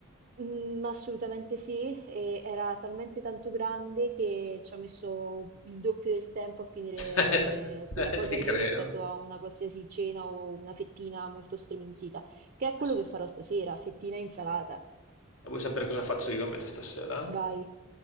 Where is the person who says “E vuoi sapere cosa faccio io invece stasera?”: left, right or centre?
Left